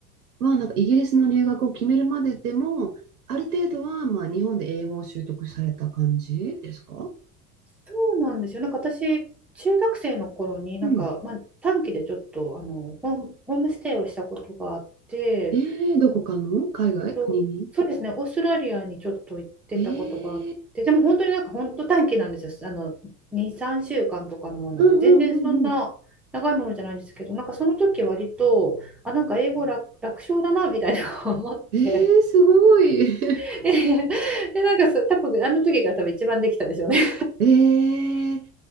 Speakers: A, on the right (about 75°); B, in the centre.
A: は、なんかイギリスの留学を決めるまででも、ある程度は、まあ、日本で英語を習得された感じですか
B: そうなんですよ。なんか私、中学生の頃に、なんか、
A: うん。
B: まあ、短期でちょっとあのホーム、ホームステイをしたことがあって、
A: えー、どこかの海外国に
B: えっと、そうですね、オーストラリアにちょっと行ってたことがあって、
A: えー
B: でも本当になんか本当短期なんですよ。あの、2、3週間とかのものなんで、
A: うんうんうんうん。
B: 全然そんな長いものじゃないんですけど、なんかその時割と、あ、なんか英語楽、楽勝だなみたいな思って、
A: えー、すごい。
B: <laughs> で、なんかそう多分あの時が多分一番できたでしょうね
A: <laughs> えー、